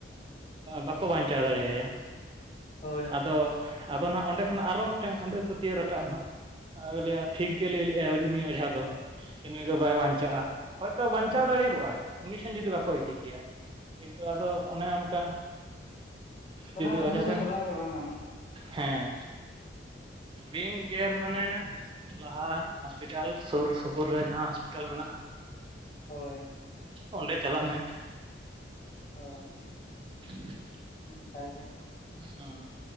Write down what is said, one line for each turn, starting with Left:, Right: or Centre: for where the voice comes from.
Right: ᱵᱟᱠᱳ ᱵᱟᱧᱪᱟᱣ ᱫᱟᱲᱮᱭᱟᱭᱟ
Left: ᱦᱳᱭ ᱦᱳᱭ
Right: ᱟᱫᱚ ᱟᱫᱚ ᱜ ᱚᱸᱰᱮ ᱠᱷᱚᱱᱟᱜ ᱟᱨᱚ ᱢᱤᱫᱴᱟᱝ ᱟᱸᱫᱷᱟ ᱯᱟᱹᱛᱭᱣ ᱨᱟᱠᱟᱵ ᱜ ᱟᱭᱟ ᱴᱷᱤᱠ ᱜᱮ ᱞᱟᱹᱭᱼᱟ ᱩᱱᱤ ᱚᱡᱷᱟ ᱫᱚ ᱱᱩᱭ ᱫᱚ
Left: ᱦᱳᱭ
Right: ᱵᱟᱭ ᱵᱟᱧᱪᱟᱜᱼᱟ ᱦᱚᱭᱛᱚ ᱵᱟᱧᱪᱟᱣ
Left: ᱦᱩᱸ
Right: ᱫᱟᱲᱮ ᱠᱚᱜᱼᱟᱭ ᱩᱱᱤ ᱴᱷᱮᱱ ᱡᱩᱫᱤ ᱵᱟᱠᱚ ᱤᱫᱤ ᱠᱮᱭᱟ ᱠᱤᱱᱛᱩ ᱟᱫᱚ ᱚᱱᱮ ᱚᱱᱠᱟ
Left: ᱚᱱᱟ
Right: ᱡᱩᱫᱤ
Left: ᱵᱷᱩᱞ
Right: ᱚᱡᱷᱟ
Left: ᱫᱚ
Right: ᱴᱷᱮᱱ
Left: ᱠᱚᱨᱟᱣ ᱜᱮ ᱵᱟᱝ ᱜᱟᱱᱚᱜᱼᱟ ᱚᱱᱟ ᱫᱚ
Right: ᱦᱮᱸ ᱵᱤᱧ ᱜᱮᱨ ᱢᱟᱱᱮ ᱞᱟᱦᱟ ᱦᱚᱥᱯᱤᱴᱟᱞ ᱥᱩᱨ ᱥᱩᱯᱩᱨ ᱨᱮ ᱡᱟᱦᱟ ᱦᱚᱥᱯᱤᱴᱟᱞ ᱢᱮᱱᱟᱜᱼᱟ
Left: ᱦᱳᱭ
Right: ᱚᱸᱰᱮ ᱪᱟᱞᱟᱜ ᱢᱮ
Left: ᱦᱳᱭ
Right: <unintelligible>
Left: ᱚᱱᱠᱟᱜᱮ
Right: ᱦᱚᱢ